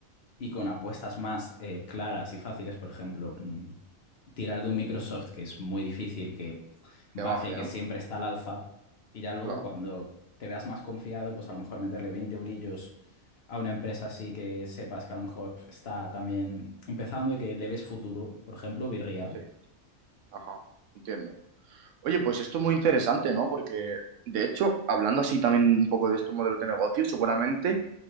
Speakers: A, on the left (about 55°); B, on the right (about 75°).
A: y con apuestas más eh, claras y fáciles, por ejemplo,
B: Ujú.
A: mm, tirar de un Microsoft, que es muy difícil que baje,
B: Que baje,
A: que
B: ¿no?
A: siempre está al alza, y ya luego
B: Claro,
A: cuando te veas más confiado, pues a lo mejor meterle 20 eurillos a una empresa así que sepas que a lo mejor está también empezando y que le ves futuro, por ejemplo, Virreal.
B: sí, ajá, entiendo. Oye, pues esto es muy interesante, ¿no? Porque, de hecho, hablando así también un poco de estos modelos de negocio, seguramente